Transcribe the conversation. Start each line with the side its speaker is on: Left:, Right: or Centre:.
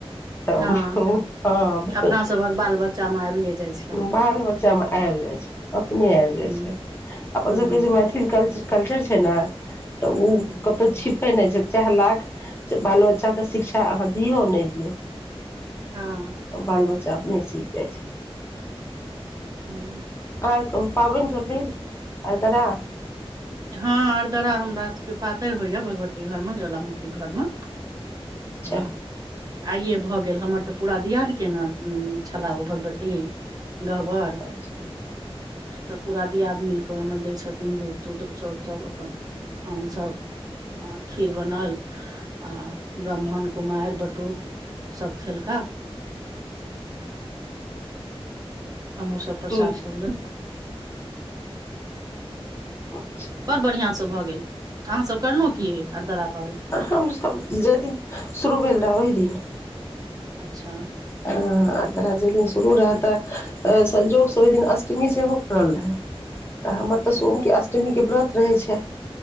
Left: तब
Right: हँ
Left: हँ
Right: अपना सभक बाल बच्चा मे आबिये जाइ छै
Left: बाल बच्चामे आबि जाइ छै अपने आबि जाइ
Right: हूँ
Left: छै अपन
Right: हूँ
Left: सबके जे मैथिल कल्चर छै ने तऽ ओ
Right: हूँ
Left: कतहु छिपै नय छै चाहे लाख बाल बच्चाके शिक्षा अहाँ दियौ नय दियौ
Right: हँ
Left: बाल बच्चा अपने सीख जाय छै
Right: हूँ
Left: आर कहुँ पाबैन सब भेल अरदरा
Right: हँ अरदरा हमरा सभके पातरि होइए भगवती घरमे ज्वालामुखी घरमे
Left: अच्छा
Right: हँ आइए भऽ गेल हमर तऽ पूरा दियाद केना छलाह ओ भगवती गहबर
Left: अच्छा
Right: तऽ पूरा दियाद मिलक ओहिमे दय छथिन दूध तूध चौर सभ अपन आमसभ आ खीर बनल आ ब्राह्मण कुमारि बटूक सभ खेलका हमहुँ सब प्रसाद
Left: हूँ
Right: सब लेलौं
Left: अच्छा
Right: बड़ बढ़ियाँसँ भऽ गेल अहाँसभ करलौं की अरदरा पाबनि
Left: हमसभ जाहि दिन शुरू भेल रहै ओहि दिन
Right: अच्छा
Left: आ अरदरा जहि दिन शुरू रहत संजोग से ओहि दिन अष्टमी से हो पड़ल रहै, तऽ हमर
Right: अच्छा
Left: तऽ सोमके अष्टमीके व्रत रहै छै,